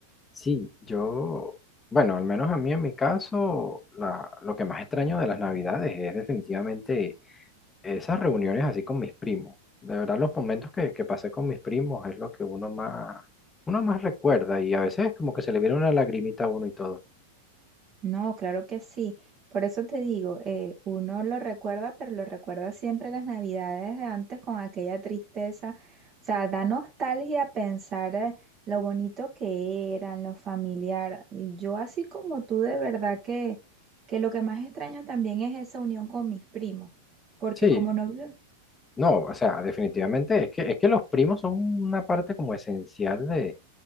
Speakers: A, on the left; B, on the right.
A: Sí, yo, bueno, al menos a mí en mi caso, la- lo que más extraño de las navidades es definitivamente Esas reuniones así con mis primos, de verdad los momentos que, que pasé con mis primos es lo que uno más, uno más recuerda y a veces como que se le viene una lagrimita a uno y todo.
B: No, claro que sí. Por eso te digo, eh, uno lo recuerda, pero lo recuerda siempre las navidades de antes con aquella tristeza. O sea, da nostalgia pensar eh, lo bonito que eran, lo familiar. Y Yo así como tú, de verdad que, que lo que más extraño también es esa unión con mis primos, porque
A: Sí,
B: como no vive-
A: no, o sea, definitivamente es que, es que los primos son una parte como esencial de,